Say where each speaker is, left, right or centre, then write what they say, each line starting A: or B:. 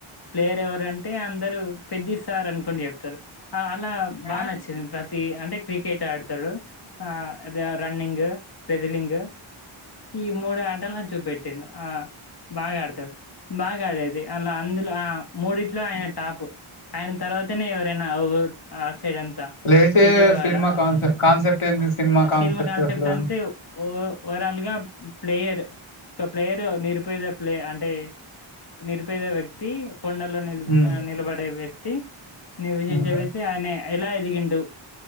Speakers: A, on the left; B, on the left.
A: ప్లేయర్ ఎవరంటే అందరు పెద్ది సార్ అనుకోని చెప్తారు అలా బాగా
B: ఆ
A: నచ్చింది ప్రతి అంటే క్రికెట్ ఆడు తరు ఆ రన్నింగు రెజ్లింగు ఈ మూడు ఆటల్ చూపెట్టిండు బాగా ఆడతాడు బాగా ఆడేది అలా అందులో ఆ మూడిట్లో ఆయన టాపు ఆయన తర్వాతనే ఎవరైనా ఆ ఊరు ఆట్ సైడ్ అంతా
B: లేటే
A: విజయవాడ
B: సినిమా కాన్సెప్ట్ కాన్సెప్ట్ ఏంది
A: సినిమా కాన్సెప్ట్
B: అసలు
A: అంతే ఓ ఓరాలుగా ప్లేయర్ ఒక ప్లేయర్ నిరుపేద ప్లేయ అంటే నిరుపేదే వ్యక్తి కొండల్లో నిల్
B: ఉమ్
A: నిలబడే వ్యక్తి నీ విబచెబయితే
B: ఉమ్
A: ఆయన ఎలా ఎదిగిండు